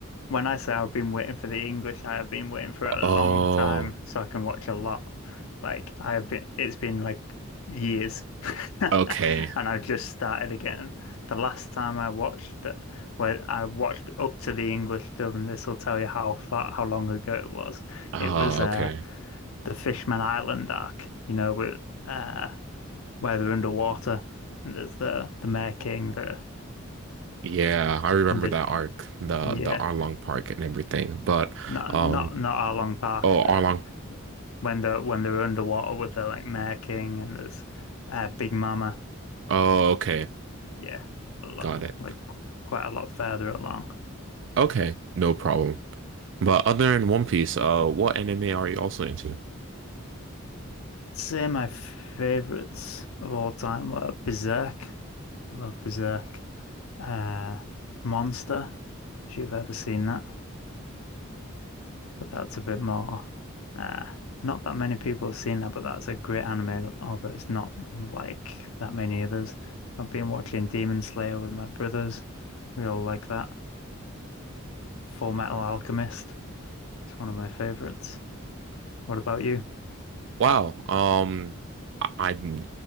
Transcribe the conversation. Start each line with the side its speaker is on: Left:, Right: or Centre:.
Left: when I say I've been waiting for the English, I have been waiting for a long
Right: Oh,
Left: time so I can watch a lot. Like I have been, it's been like years, <laughs> and
Right: okay.
Left: I've just started again. The last time I watched that, where I watched up to the English dub, and this will tell you how far, how long ago it was.
Right: Oh,
Left: It was uh
Right: okay.
Left: the Fishman Island arc, you know, with uh where they're underwater and there's the the Mer King, the
Right: Yeah, I remember
Left: and the
Right: that arc, the
Left: yeah.
Right: the Arlong Park and everything. But
Left: Not
Right: um,
Left: not not Arlong Park
Right: oh,
Left: there.
Right: Arlong.
Left: When the when they're underwater with the like Mare King and there's uh, Big Mama.
Right: Oh, okay,
Left: Yeah, a lot
Right: got it.
Left: like quite a lot further along.
Right: Okay, no problem. But other than One Piece, uh, what anime are you also into?
Left: I'd say my favorites of all time were Berserk. I love Berserk. Uh, Monster, if you've ever seen that. But that's a bit more. Uh, not that many people have seen that, but that's a great anime, although it's not like that many others. I've been watching Demon Slayer with my brothers. We all like that. Full Metal Alchemist. It's one of my favorites. What about you?
Right: Wow. Um, I- I'm